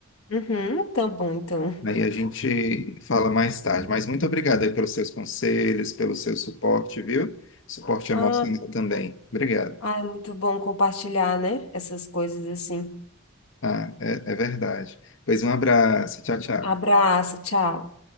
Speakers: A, on the left; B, on the left.
A: Uhum, tá bom, então.
B: Aí a gente fala mais tarde. Mas muito obrigado aí pelos seus conselhos, pelo seu suporte, viu? Suporte
A: Ah,
B: emocional também. Obrigado.
A: Ah, é muito bom compartilhar, né? Essas coisas assim.
B: Ah, é é verdade. Pois um abraço. Tchau, tchau.
A: Abraço, tchau.